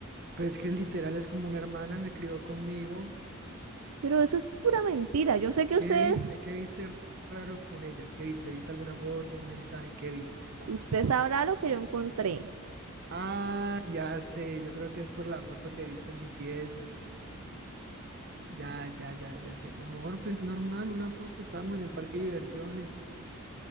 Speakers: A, on the right; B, on the right.
A: pues que literal es como una hermana, se crió conmigo.
B: Pero eso es pura mentira. Yo sé que
A: ¿Qué
B: ustedes,
A: viste? ¿Qué viste raro con ella? ¿Qué viste? ¿Viste alguna foto, un mensaje? ¿Qué viste?
B: usted sabrá lo que yo encontré.
A: Ah, ya sé, yo creo que es por la foto que viste en mi pieza. Ya, ya, ya, ya sé. No, amor, pues normal, una foto, estamos en el parque de diversiones.